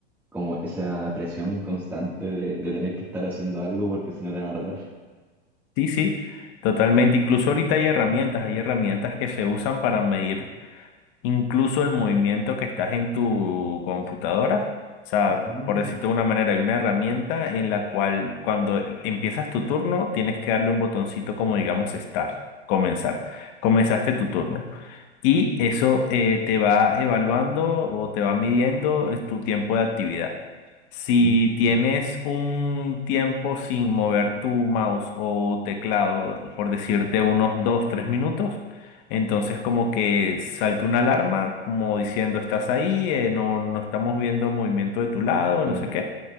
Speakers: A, in the centre; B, on the left.
A: como esa presión constante de, de tener que estar haciendo algo porque si no te van a retar.
B: Sí, sí, totalmente. Incluso ahorita hay herramientas, hay herramientas que se usan para medir incluso el movimiento que estás en tu computadora. O sea,
A: Mm,
B: por decirte de una manera, hay una herramienta en la cual cuando empiezas tu turno tienes que darle un botoncito como digamos start, comenzar. Comenzaste tu turno y eso eh, te va evaluando o te va midiendo eh, tu tiempo de actividad. Si
A: mm,
B: tienes un tiempo sin mover tu mouse o teclado, por decirte unos 2 3 minutos, entonces como que salta una alarma como diciendo estás ahí, eh, no, no estamos viendo movimiento de tu lado,
A: Pero,
B: no sé qué